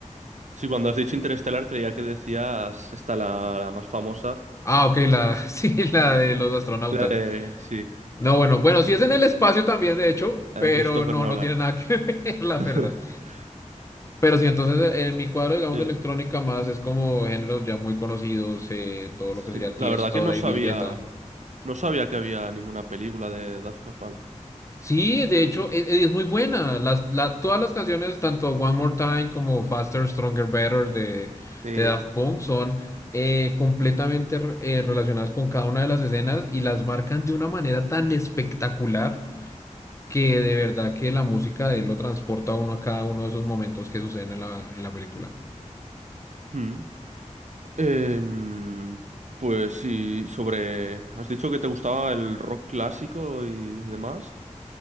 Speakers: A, on the right; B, on the left.
A: Sí, cuando has dicho Interestelar creía que decías esta la, la más famosa,
B: Ah, ok, la, <laughs> sí, la de los astronautas.
A: la de, sí,
B: No, bueno, bueno, sí es en el espacio también, de hecho,
A: la
B: pero
A: de Christopher
B: no,
A: Nolan.
B: no tiene nada que <laughs> ver, la
A: <laughs>
B: verdad. Pero sí, entonces eh, en mi cuadro, digamos,
A: Sí.
B: de electrónica más es como géneros ya muy conocidos, eh, todo
A: Sí,
B: lo que sería Tiesto,
A: la verdad que no
B: David
A: sabía,
B: Guetta.
A: no sabía que había ninguna película de Daft Punk.
B: Sí, de hecho, e- e- es, muy buena. Las, la- todas las canciones, tanto One More Time como Faster, Stronger, Better de,
A: Sí.
B: de Daft Punk, son eh, completamente re- eh, relacionadas con cada una de las escenas y las marcan de una manera tan espectacular que de verdad que la música de él lo transporta a uno a cada uno de esos momentos que suceden en la, en la película.
A: Mm. Em, pues sí, sobre... Has dicho que te gustaba el rock clásico y demás.